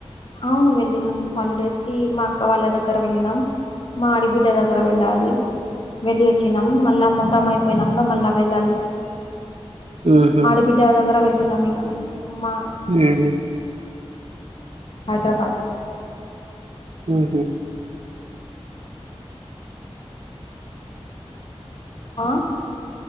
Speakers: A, on the left (about 55°); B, on the right (about 85°).
A: అవును వెళ్ళినం హాలిడేస్ కి మా అక్క వాళ్ళ దగ్గర వెళ్ళినం మా ఆడి బిడ్డ దగ్గర వెళ్ళాలి వెళ్లి వచ్చినాం మళ్ళా మొహరం అయిపోయినాక మళ్ళా వెళ్ళాలి
B: ఉహు
A: ఆడబిడ్డ దగ్గర వెళ్తున్నాం ఇక మా
B: హమ్
A: హైదరాబాద్
B: హహ్మ్మ్
A: ఆ